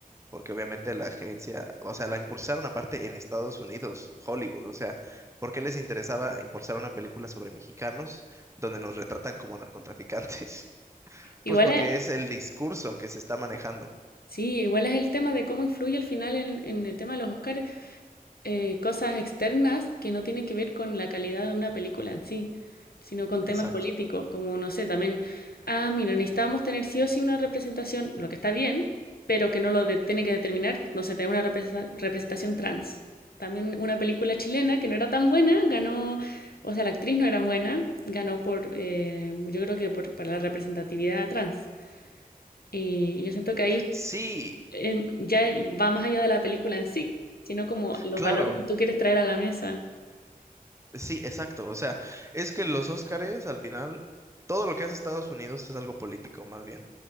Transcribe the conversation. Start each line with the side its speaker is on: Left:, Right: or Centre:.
Right: porque obviamente la agencia, o sea, la impulsaron aparte en Estados Unidos, Hollywood, o sea, ¿por qué les interesaba impulsar una película sobre mexicanos donde nos retratan como narcotraficantes? <laughs>
Left: Igual,
Right: Pues porque
Left: eh,
Right: es el discurso que se está manejando.
Left: Sí, igual es el tema de cómo influye al final en, en el tema de los Oscars eh, cosas externas que no tienen que ver con la calidad de una película en sí, sino con temas
Right: Exacto.
Left: políticos, como no sé, también, ah, mira, necesitamos tener sí o sí una representación, lo que está bien, pero que no lo de- tiene que determinar, no sé, tener una represa- representación trans. También una película chilena que no era tan buena, ganó, o sea, la actriz no era buena, ganó por, eh, yo creo que por, para la representatividad trans. Y yo siento que ahí
Right: Sí,
Left: em, ya va más allá de la película en sí, sino como los
Right: claro.
Left: valores que tú quieres traer a la mesa.
Right: Sí, exacto. O sea, es que los Óscares, al final, todo lo que hace Estados Unidos es algo político, más bien.